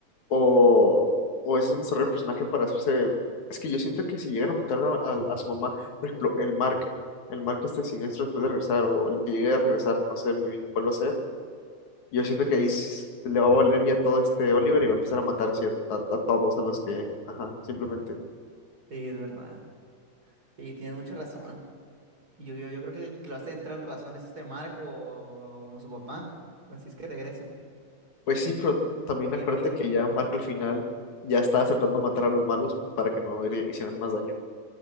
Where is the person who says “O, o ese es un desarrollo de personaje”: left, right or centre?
Left